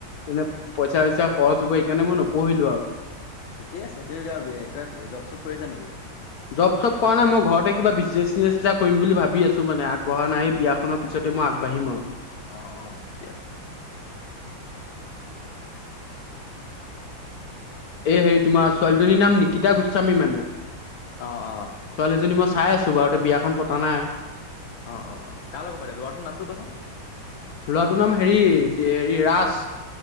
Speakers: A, on the left; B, on the left.
A: মানে পইচা চইচা খৰচ হব সেইকাৰণে মই নপঢ়িলো আও।
B: ঠিকেই আছে তুমি কিবা কিবা জব চব কৰিছা নে কিবা?
A: জব চব কৰা নাই মই ঘৰতে কিবা বিজনেচ চনে এটা কৰিম বুলি ভাবি আছো মানে আগবঢ়া নাই এই বিয়াখনৰ পিছতে মই আগবাঢ়িম আও।
B: অ অ ঠিকে আছে।
A: এই হেৰি তোমাৰ ছোৱালীজনীৰ নাম নিকিতা গোস্বামী মানে। ছোৱালীজনী
B: অ', অ',
A: মই চাই আছো বাৰুতে বিয়াখন পতা নাই।
B: অ অ অ কাৰ লগত পাতে লৰাটোৰ নামটো কোৱাচোন।
A: লৰাটোৰ নাম হেৰি হেৰি ৰাজ।